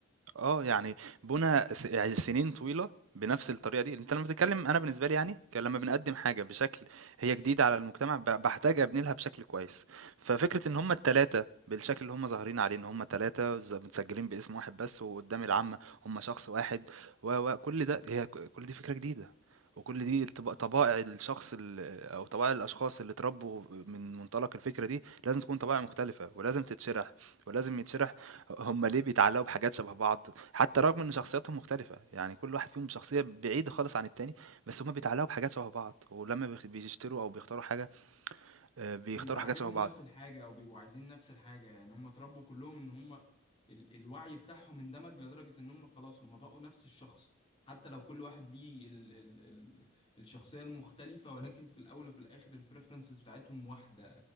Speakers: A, on the right; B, on the left.
A: آه، يعني بُنى س يعني سنين طويلة بنفس الطريقة دي، أنت لمّا بتتكلم أنا بالنسبة لي يعني، ك لمّا بنقدّم حاجة بشكل هي جديدة على المجتمع، ب باحتاج أبني لها بشكل كويس، ففكرة إن هُم ال3 بالشكل اللي هُم ظاهرين عليه، إن هُم 3 ز متسجلين باسم واحد بس، وقدّام العامة هُم شخص واحد و، و، كل ده هي ك كل دي فكرة جديدة، وكل دي الطب طبائع الشخص ال أو طبائع الأشخاص اللي اتربوا من منطلق الفكرة دي، لازم تكون طبائع مختلفة، ولازم تتشرح، ولازم يتشرح هم ليه بيتعلقوا بحاجات شبه بعض حتى رغم ان شخصياتهم مختلفة يعني كل واحد فيهم شخصية بعيدة خالص عن التاني بس هم بيتعلقوا بحاجات شبه بعض ولما بيخ- بيشتروا او بيختاروا حاجة آه، بيختاروا
B: بيبقى
A: حاجات
B: عاجبهم
A: شبه بعض
B: نفس الحاجة أو بيبقوا عايزين نفس الحاجة يعني هم اتربوا كلهم إن هم ال الوعي بتاعهم اندمج لدرجة إن هم خلاص هم بقوا نفس الشخص حتى لو كل واحد ليه ال ال ال الشخصية المختلفة ولكن في الأول وفي الآخر البريفرنسز بتاعتهم واحدة